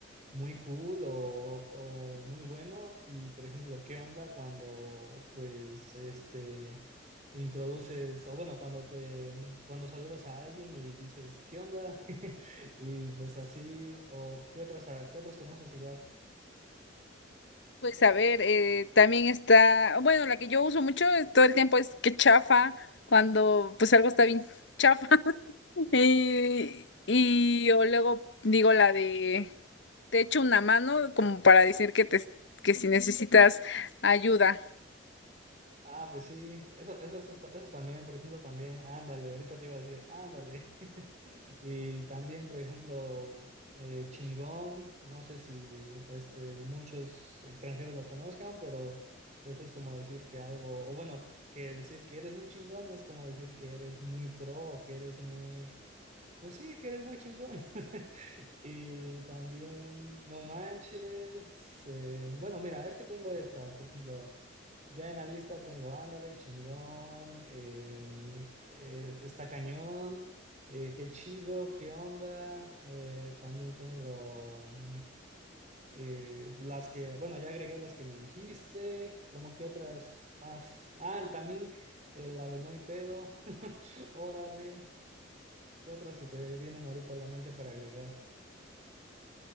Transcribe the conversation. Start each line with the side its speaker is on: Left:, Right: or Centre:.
Right: muy cool o, o muy bueno. Y por ejemplo, ¿qué onda cuando pues este introduces, o bueno, cuando te mm, cuando saludas a alguien y dices, ¿qué onda? <laughs> Y pues así, o qué otras, a- qué otras conoces igual.
Left: Pues a ver, eh, también está, bueno, la que yo uso mucho es- todo el tiempo es que chafa, cuando pues algo está bien chafa. <laughs> Y, y yo luego digo la de, te echo una mano como para decir que, te, que si necesitas ayuda.
Right: Ah, pues sí, eso, eso, eso, también, por ejemplo, también, ándale, ahorita te iba a decir, ándale. Y también, por ejemplo, eh, Chingón, no sé si este, muchos extranjeros la conozcan, pero pues es como decir que algo, o bueno, que decir que eres muy chingón es como decir que eres muy pro o que eres muy, pues sí, que eres muy chingón. <laughs> Y también, no manches, eh, bueno, mira, es que tengo estas, por ejemplo. Ya en la lista tengo Ándale, chingón, em, eh, está cañón, eh, qué chido, qué onda. eh, también tengo mm, eh, las que, bueno, ya agregué las que me dijiste, como que otras más. Ah, también eh, la de No hay pedo, <laughs> órale, ¿qué otras se te vienen ahorita a la mente para agregar?